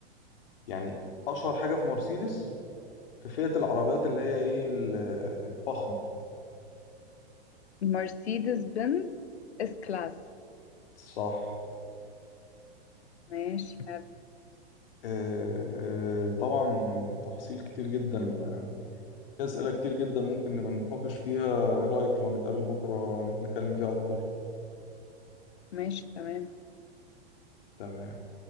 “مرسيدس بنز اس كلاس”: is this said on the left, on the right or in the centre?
Left